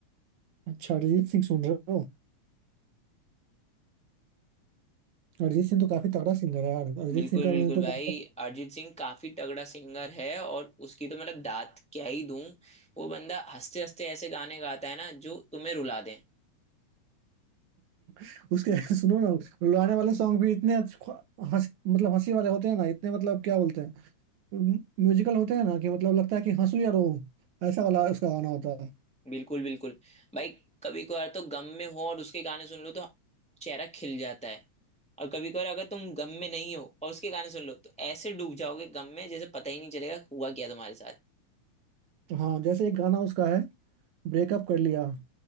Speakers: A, on the right; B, in the centre.
A: अच्छा अरिजीत सिंह सुन रहे हो अरिजीत सिंह तो काफी तगड़ा सिंगर है यार अरिजीत
B: बिल्कुल
A: सिंह का
B: बिल्कुल
A: मैंने तो
B: भाई
A: कॉन्सर्ट
B: अरिजीत सिंह काफी तगड़ा सिंगर है और उसकी तो मतलब दात क्या ही दूं वो बंदा हंसते हंसते ऐसे गाने गाता है ना जो तुम्हें रुला दे
A: <laughs> उसके सुनो ना लुभाने वाले सॉन्ग भी इतने अच्छ- हंस मतलब हंसी वाले होते हैं ना इतने मतलब क्या बोलते हैं म्यूजिकल होते हैं ना कि मतलब लगता है कि हंसू या रो ऐसा वाला उसका गाना होता है
B: बिल्कुल बिल्कुल भाई कभी कभार तो गम में हो और उसके गाने सुन लो तो चेहरा खिल जाता है और कभी कभार अगर तुम गम में नहीं हो और उसके गाने सुन लो तो ऐसे डूब जाओगे गम में जैसे पता ही नहीं चलेगा हुआ क्या तुम्हारे साथ
A: तो हाँ जैसे एक गाना उसका है ब्रेकअप कर लिया